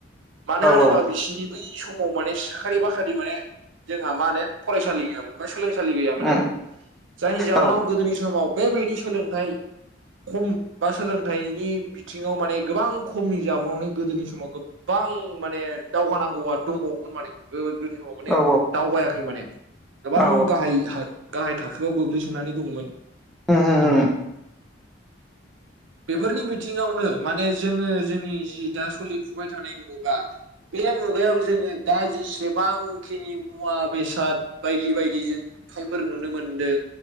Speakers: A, on the right; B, in the centre.
A: मान होन
B: औ
A: ब बिसिनि बै समाव माने साखारि बाख्रि माने जोंहा मा होनो फरायसालि गैयामोन बा सोलोंसालि गैयामोन
B: उम
A: आरो जायनि जाउनाव
B: औ
A: गोदोनि समाव बेबायदि सोलोंथाइ खम बा सोलोंथाइनि बिथिङाव माने गोबां खमनि जाबावावनानै गोदोनि समाव गोबां माने दावगानांगौआ दंबावोमोन माने ओ गोदोनि समाव माने
B: औ
A: दावगायाखै माने गोबां
B: औ
A: गाहाय गाहाय थाखोआव गोग्लैसोनानै दङमोन
B: उम उम
A: नोंथां
B: उम
A: बेफोरनि बिथिङावनो माने जोङो जोंनि जि दा सोलिफुबाय थानाय मुगा बे मुगायाव जोङो दा जेसेबांखिनि मुवा बेसाद बायदि बायदि जों नुथायफोर नुनो मोन्दों